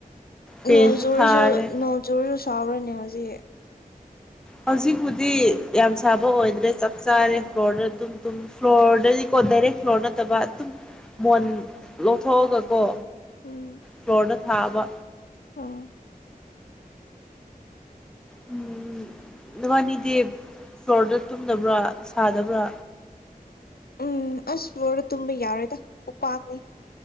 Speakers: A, in the centre; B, on the left.
A: ꯐꯦꯟꯁꯨ
B: ꯅꯣꯡꯖꯨꯔꯁꯨ
A: ꯊꯥꯔꯦ
B: ꯅꯣꯡꯖꯨꯔꯁꯨ ꯁꯥꯎꯔꯅꯦ ꯍꯧꯖꯤꯛ
A: ꯍꯧꯖꯤꯛꯄꯨꯗꯤ ꯌꯥꯝ ꯁꯥꯕ ꯑꯣꯏꯗ꯭ꯔꯦ ꯆꯞ ꯆꯥꯔꯦ ꯐ꯭ꯂꯣꯔꯗ ꯑꯗꯨꯝ ꯐ꯭ꯂꯣꯔꯗꯗꯤꯀꯣ ꯗꯥꯏꯔꯦꯛ ꯐ꯭ꯂꯣꯔ ꯅꯠꯇꯕ ꯑꯗꯨꯝ ꯃꯣꯟ ꯂꯧꯊꯣꯛꯑꯒꯀꯣ
B: ꯎꯝ
A: ꯐ꯭ꯂꯣꯔꯗ ꯊꯥꯕ
B: ꯎꯝ
A: ꯎꯝ ꯅꯕꯥꯅꯤꯗꯤ ꯐ꯭ꯂꯣꯔꯗ ꯇꯨꯝꯗꯕ꯭ꯔꯥ ꯁꯥꯗꯕ꯭ꯔꯥ
B: ꯎꯝ ꯑꯁ ꯐ꯭ꯂꯣꯔꯗ ꯇꯨꯝꯕ ꯌꯥꯔꯣꯏꯗ ꯎꯄꯥꯛꯅꯤ